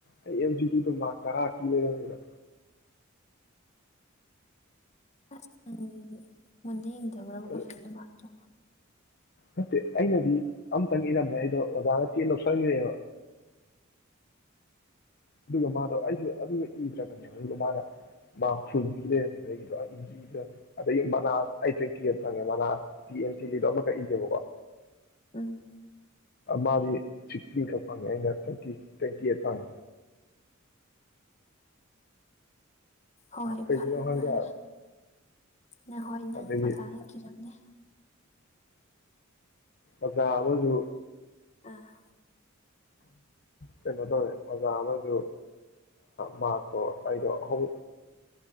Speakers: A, on the left; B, on the left.
A: ꯑꯩ ꯑꯦꯝ ꯁꯤꯒꯤꯗꯣ ꯃꯥꯔꯛ ꯇꯔꯥ ꯀ ꯂꯩꯔꯝꯃꯦꯕ
B: ꯑ ꯍꯪꯗꯤ ꯃꯗꯦ ꯌꯦ ꯕꯨ
A: ꯑꯗꯨ
B: ꯀꯣꯏ ꯁꯗꯔ ꯃꯥꯥꯛꯆꯣ
A: ꯅꯠꯇꯦ ꯑꯩꯅꯗꯤ ꯑꯝꯇꯪ ꯏꯔꯝꯃꯦ ꯑꯩꯗꯣ ꯑꯣꯖꯥꯅ ꯆꯦ ꯂꯧꯁꯟꯈꯔꯦꯕ ꯑꯗꯨꯒ ꯃꯥꯗꯣ ꯑꯩꯁꯨ ꯑꯗꯨꯒ ꯏꯗ꯭ꯔꯕꯅꯦꯕ ꯑꯗꯨꯒ ꯃꯥꯅ ꯃꯥ ꯐꯨꯜ ꯐꯤ ꯂꯩꯔꯝꯃꯦꯕ ꯑꯩꯒꯤꯗꯣ ꯑꯩꯁꯨꯗꯨꯗ ꯑꯗꯒꯤ ꯃꯅꯥꯁ ꯑꯩꯠ ꯇ꯭ꯋꯦꯟꯇꯤ ꯑꯩꯠ ꯐꯪꯉꯦ ꯃꯅꯥꯁ ꯇꯤ ꯑꯦꯝ ꯁꯤꯒꯤꯗꯣ ꯑꯃꯈꯛ ꯏꯌꯦꯦꯕꯀꯣ
B: ꯎꯝ
A: ꯃꯥꯗꯤ ꯆꯤꯀꯤ ꯈ ꯐꯪꯉꯦ ꯑꯩꯅ ꯇꯦꯡꯀꯤ ꯇꯦꯡꯀꯤ ꯐꯪ
B: ꯎ ꯍꯣꯏ
A: ꯀꯩꯒꯤꯅꯣ
B: ꯐꯔ
A: ꯈꯪꯗꯦ
B: ꯐꯔ
A: ꯍꯥꯏꯕ
B: ꯅꯍꯣꯏ ꯅꯪ
A: ꯑꯗꯒꯤ
B: ꯑꯣꯖꯥꯅ ꯀꯤꯔꯝꯂ
A: ꯑꯆꯥꯥꯕꯁꯨ
B: ꯑꯥ
A: ꯀꯩꯅꯣ ꯇꯧꯋꯦ ꯑꯣꯖꯥ ꯑꯃꯁꯨ ꯃꯥꯔꯛꯇꯣ ꯑꯩꯗꯣ ꯑꯍꯨꯝ